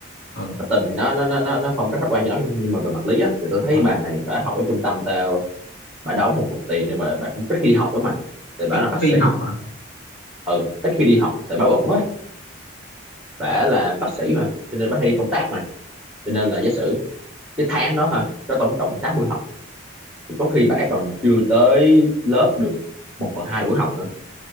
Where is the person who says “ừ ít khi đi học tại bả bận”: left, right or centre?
Centre